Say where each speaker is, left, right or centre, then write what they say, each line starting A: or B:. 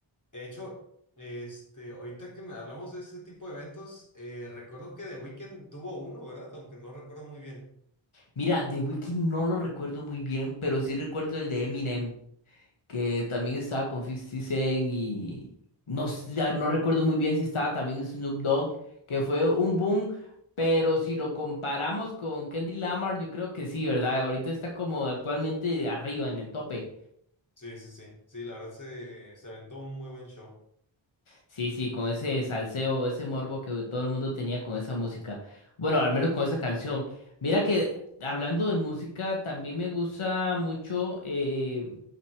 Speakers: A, on the left; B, on the left.
A: De hecho, este, ahorita que me- hablamos de ese tipo de eventos, eh, recuerdo que The Weeknd tuvo uno, ¿verdad? Aunque no recuerdo muy bien.
B: Mira, The Weeknd no lo recuerdo muy bien, pero sí recuerdo el de Eminem, que también estaba con 50 Cent y no, s- ya no recuerdo muy bien si estaba también Snoop Dogg, que fue un boom, pero si lo comparamos con Kendrick Lamar, yo creo que sí, ¿verdad? Ahorita está como actualmente arriba en el tope.
A: Sí, sí, sí, sí, la verdad se, se aventó un muy buen show.
B: Sí, sí, con ese salseo, ese morbo que todo el mundo tenía con esa música. Bueno, al menos con esa canción. Mira que hablando de música, también me gusta mucho. Eh,